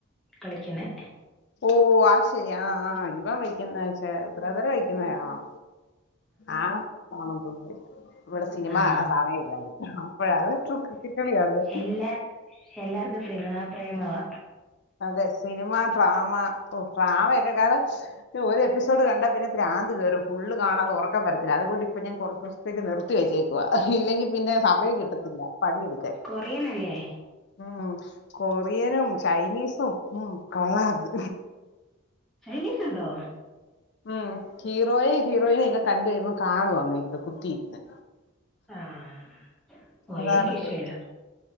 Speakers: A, in the centre; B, on the left (about 50°).
A: കളിക്കുന്നത്
B: ഓ ആ ശരി ആ ആ ഇപ്പ വെക്കുന്ന ബ്രദർ വെക്കു- കാണാം ആ കാണൻ തോന്ന ഇവിടെ സിനിമ
A: ആ
B: കാണാൻ സമയ ഇല്ലാണ്ട് അപ്പോഴാണ് ക്രിക്കറ്റ് കളി കാണത്
A: എല്ലാ എല്ലാവർക്കും സിനിമാ പ്രേമവാ
B: അതെ സിനിമ ഡ്രാമ ഡ്രാമ കാണം നോ ഒരു എപ്പിസോഡ് കണ്ടാ പിന്നെ പ്ര്രാന്ത് കയറും ഫുൾ കാണാതെ ഉറക്കം പരത്തി അതുകൊണ്ട് ഇപ്പ ഞാൻ കുറച്ച് ദിവസത്തേക്ക് നിർത്തി വെച്ചേക്ക ഇല്ലെങ്കിൽ പിന്നെ സമയം കിട്ടത്തില്ല പണിയെടുക്ക
A: കൊറിയൻ അല്ലേ
B: ഉം കൊറിയനും ചൈനീസ് സും ഉം കൊള്ളാം ത്
A: ചൈനീസ് ഉണ്ടോ
B: ഉം ഹീറോയ ഹീറോയിനെ ഇക്കെ കണ്ട വരുമ്പോം കാണും അങ്ങ് ഇരുന്ന് കുത്തിയിരുന്ന്
A: ആഹ് ഓ
B: അതാണ്
A: എനിക്ക ഇഷ്ടമല്ല
B: കൊഴ